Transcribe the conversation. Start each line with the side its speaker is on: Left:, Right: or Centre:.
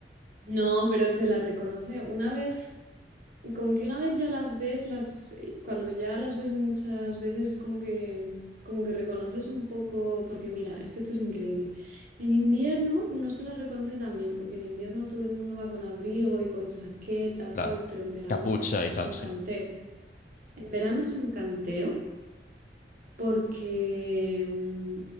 Right: No, pero se las reconoce una vez, como que una vez ya las ves, las, eh, cuando ya las ves muchas veces es como que, como que reconoces un poco, porque mira, es que esto es increíble. En invierno no se las reconoce tan bien, porque en invierno todo el mundo va con abrigo y con chaqueta,
Left: Claro.
Right: ¿sabes? Pero en verano
Left: Capucha
Right: es,
Left: y
Right: es
Left: tal,
Right: un
Left: sí.
Right: canteo. En verano es un canteo porque mm,